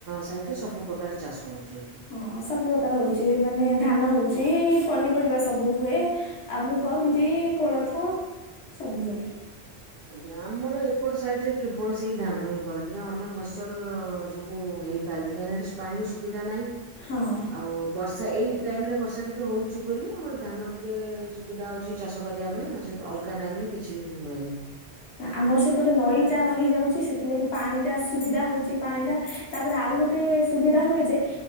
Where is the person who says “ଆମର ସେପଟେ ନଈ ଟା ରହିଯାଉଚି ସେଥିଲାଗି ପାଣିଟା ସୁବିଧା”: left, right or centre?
Left